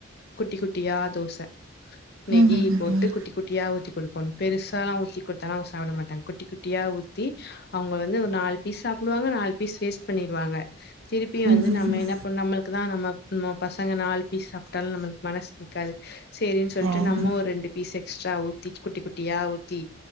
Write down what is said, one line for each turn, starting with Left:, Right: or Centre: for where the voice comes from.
Left: குட்டி குட்டியா தோச நெகி
Right: ம் ம்
Left: போட்டு குட்டி குட்டியா ஊத்தி குடுக்கோணு பெருசாலல்லா ஊத்தி குடுத்தால அவங்க சாப்பிட மாட்டாங்க குட்டி குட்டி யா ஊத்தி அவங்க வந்து ஒரு நாலு பீஸ் சாப்புடுவாங்க நாலு பீஸ் வேஸ்ட் பண்ணிருவாங்க திருப்பி வந்து
Right: ம் ம்
Left: நம்ம
Right: ம்
Left: என்ன பண்ண நம்மளுக்கு தா நம்ம நம்ம பசங்க நாலு பீஸ் சாப்ட்டாலு நம்மளுக்கு மனசு கேக்காது செரின்னு சொல்ட்டு
Right: ஆஹ
Left: நம்ம ஒரு ரெண்டு பீஸ் எக்ஸ்ட்ரா ஊத்தி குட்டி குட்டியா ஊத்தி